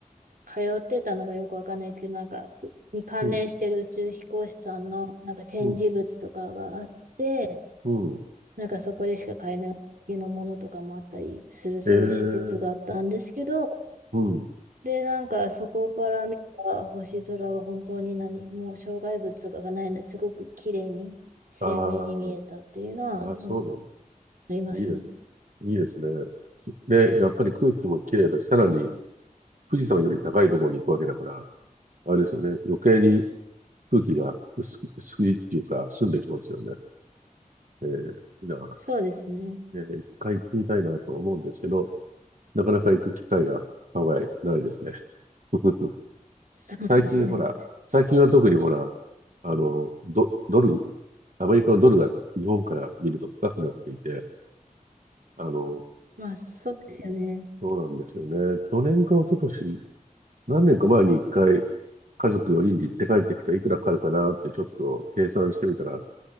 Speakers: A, on the right; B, on the right.
A: 通ってたのがよくわかんないんですけど、なんか、に関連してる宇宙飛行士さんの、
B: うん、
A: なんか展示物とかがあって、
B: うん。うん
A: なんかそこでしか買えないものとかもあったりする、そういう施設があったんですけど、
B: ええうん。
A: で、なんかそこから見た星空は本当に何も障害物とかがないのですごく綺麗に鮮明に見えたっていうのは、
B: ああ、ああ、そうなんだ。
A: うんありますね。
B: いいですね。いいですね。で、やっぱり空気も綺麗だし、さらに、
A: はい、
B: 富士山より高いところに行くわけだから、あれですよね。余計に空気が薄く、薄いっていうか、澄んできますよね。えー、だか
A: そうですね。
B: ら、えー一回行ってみたいなと思うんですけど、なかなか行く機会がハワイないですね。<laughs>
A: そうですね。
B: 最近ほら、最近は特にほら、あの、ド、ドル、アメリカのドルが日本から見ると高くなっていて、あの、
A: まあそうですよね。
B: そうなんですよね。去年か一昨年何年か前に一回、家族4人で行って帰ってきたらいくらかかるかなってちょっと計算してみたら、